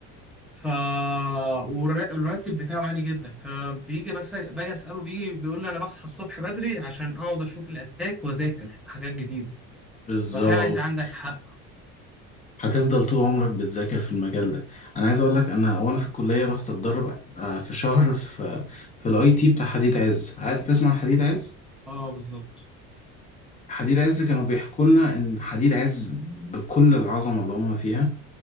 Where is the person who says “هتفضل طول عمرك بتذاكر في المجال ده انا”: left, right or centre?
Left